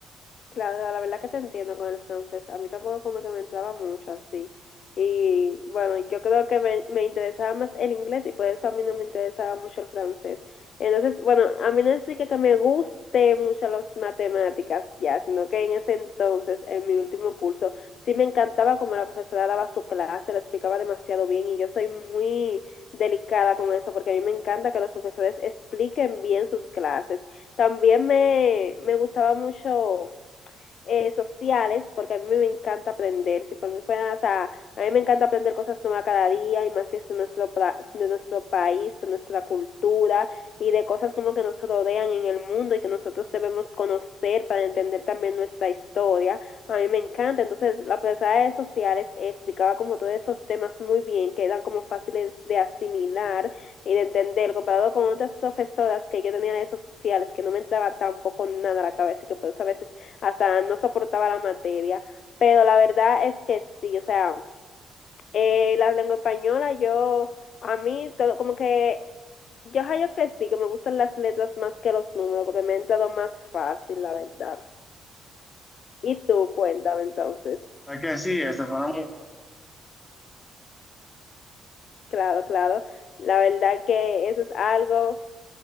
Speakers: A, on the left; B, on the left.
A: Claro, la verdad que te entiendo con el francés. A mí tampoco como que me entraba mucho así. Y bueno, yo creo que me, me interesaba más el inglés y por eso a mí no me interesaba mucho el francés. Entonces, bueno, a mí no es así que, que me guste mucho las matemáticas ya, sino que en ese entonces, en mi último curso, sí me encantaba como la profesora daba su clase, la explicaba demasiado bien y yo soy muy delicada con eso porque a mí me encanta que los profesores expliquen bien sus clases. También me, me gustaba mucho eh, sociales, porque a mí me encanta aprender. Si por mí fuera, o sea, a mí me encanta aprender cosas nuevas cada día y más si es de nuestro, de nuestro país, de nuestra cultura y de cosas como que nos rodean en el mundo y que nosotros debemos conocer para entender también nuestra historia. A mí me encanta. Entonces, la profesora de sociales explicaba como todos esos temas muy bien, que eran como fáciles de asimilar y de entender, comparado con otras profesoras que yo tenía de sociales, que no me entraba tampoco nada a la cabeza y que por eso a veces hasta no soportaba la materia, pero la verdad es que sí, o sea, eh, la lengua española yo, a mí, todo, como que yo hallo que sí, que me gustan las letras más que los números, porque me ha entrado más fácil, la verdad. Y tú, cuéntame entonces.
B: Es que sí, esas eran
A: Claro, claro. La verdad que eso es algo